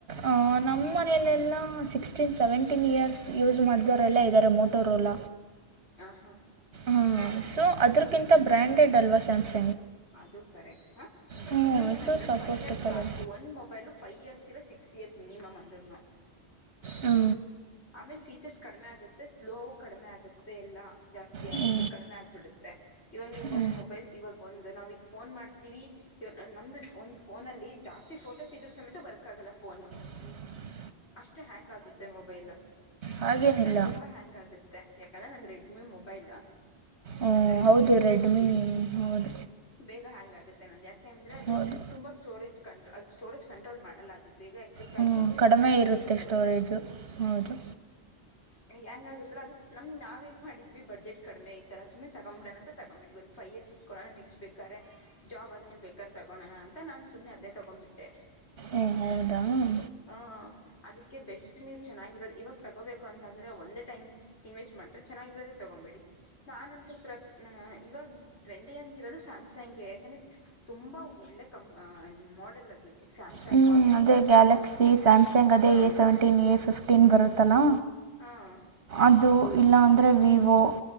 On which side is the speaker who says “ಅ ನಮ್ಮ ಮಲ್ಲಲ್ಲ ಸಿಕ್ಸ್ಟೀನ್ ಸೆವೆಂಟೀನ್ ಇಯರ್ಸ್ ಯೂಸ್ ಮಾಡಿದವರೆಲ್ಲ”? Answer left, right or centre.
Right